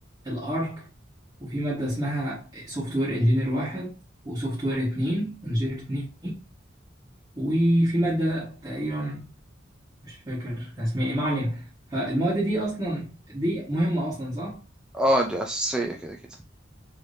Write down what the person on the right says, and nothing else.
الارك وفي مادة اسمها سوفت وير انجينير واحد وسوفت وير اتنين انجينير اتنين وفي مادة تقريبا مش فاكر كان اسمها ايه ما علينا فالمواد دي اصلا دي مهمة اصلا صح